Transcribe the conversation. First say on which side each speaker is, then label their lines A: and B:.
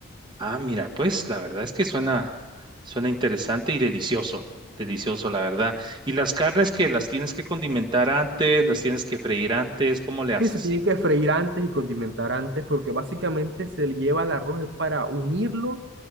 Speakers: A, on the right; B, on the right.
A: Ah, mira, pues la verdad es que suena, suena interesante y delicioso. Delicioso, la verdad. ¿Y las carnes que las tienes que condimentar antes, las tienes que freír antes? ¿Cómo le haces?
B: Sí, se tienen que freír antes y condimentar antes porque básicamente se le lleva el arroz es para unirlos